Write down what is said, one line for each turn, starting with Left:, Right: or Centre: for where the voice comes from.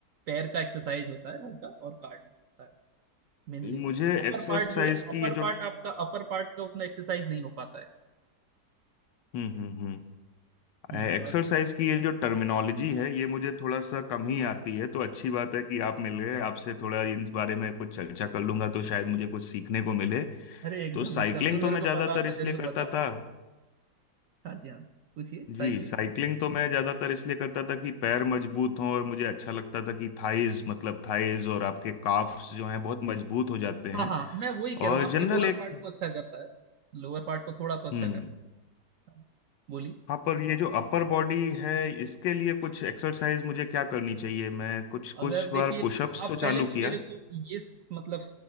Right: पैर का एक्सरसाइज होता है हल्का और कार्डियो होता है। मेनली वो
Left: मुझे
Right: है अपर
Left: एक्सरसाइज
Right: पार्ट जो है अपर
Left: की ये जो
Right: पार्ट आपका अपर पार्ट का उतना एक्सरसाइज नहीं हो पाता है
Left: हम्म हम्म हम्म
Right: हम्म
Left: एक्सरसाइज
Right: तो आप
Left: की ये जो टर्मिनोलॉजी है ये मुझे थोड़ा सा कम ही आती है तो अच्छी बात है कि आप मिल गए आपसे थोड़ा इन बारे में कुछ चर्चा कर लूंगा तो शायद मुझे कुछ सीखने को मिले
Right: अरे एकदम
Left: तो साइकिलिंग
Right: एकदम जो
Left: तो
Right: मेरे
Left: मैं ज्यादातर
Right: को पता होगा
Left: इसलिए
Right: जरूर
Left: करता
Right: बताऊंगा
Left: था
Right: हाँ जी हाँ पूछिए
Left: जी
Right: साइकिलिंग
Left: साइकिलिंग तो मैं ज्यादातर इसलिए करता था कि पैर मजबूत हों और मुझे अच्छा लगता था कि थाइज मतलब थाइज और आपके काफ्स जो हैं बहुत मजबूत हो जाते हैं
Right: हाँ हाँ मैं वही कह
Left: और
Right: रहा हूँ आपके
Left: जनरल
Right: लोअर
Left: एक
Right: पार्ट को अच्छा करता है लोअर पार्ट को थोड़ा तो अच्छा
Left: हम्म
Right: करता है हाँ, बोलिए
Left: हाँ पर ये जो अपर बॉडी है इसके लिए कुछ एक्सरसाइज मुझे क्या करनी चाहिए मैं कुछ
Right: अगर
Left: कुछ
Right: देखिए
Left: बार पुशअप्स
Right: आप
Left: तो चालू
Right: पहले तो
Left: किया
Right: मेरे को ये स- मतलब